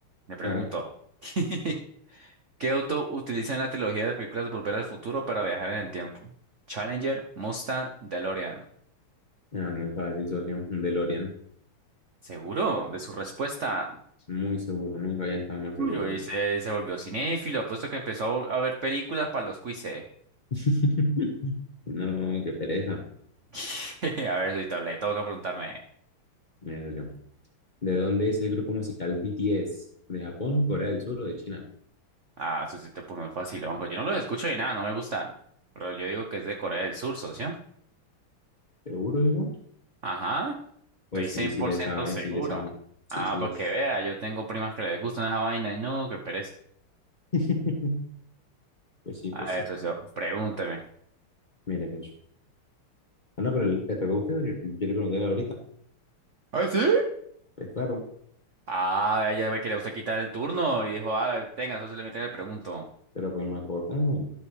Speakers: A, on the right; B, on the left.
A: Le pregunto.
B: Hágale.
A: <laughs> ¿Qué auto utiliza en la trilogía de películas Volver al Futuro para viajar en el tiempo? Challenger, Mustang, DeLorean.
B: Ah, muy fácil, socio. Un DeLorean.
A: ¿Seguro de su respuesta?
B: Muy seguro. Nunca había estado más seguro.
A: Uy, hoy se, se volvió cinéfilo, apuesto que empezó a ver películas para los quizzes.
B: <laughs> No, qué pereza.
A: <laughs> A ver, Sosito, le tengo que preguntarme.
B: Mi decepción. ¿De dónde es el grupo musical BTS? ¿De Japón, Corea del Sur o de China?
A: Ah, eso sí te puso muy facilón. pues Yo no los escucho ni nada, no me gustan. Pero yo digo que es de Corea del Sur, socio.
B: ¿Seguro, hijo?
A: Ajá,
B: Pues
A: estoy cien
B: sí, sí
A: por
B: le
A: ciento
B: sabe,
A: seguro.
B: sí le sabe. Sí,
A: Ah,
B: sí
A: para
B: es.
A: que vea, yo tengo primas que les gustan esa vaina y no, qué pereza.
B: <laughs> Pues sí,
A: A
B: pues sí.
A: ver, socio, pregúnteme.
B: Mire, de hecho. Ah, no, pero el- le tocó a usted. Yo, yo le pregunté ahorita.
A: ¿Ah, sí?
B: Pues claro,
A: Ah, ella ve que le gusta quitar el turno y dijo, ah, tenga, socio, le me le pregunto.
B: pero pues me acordaba.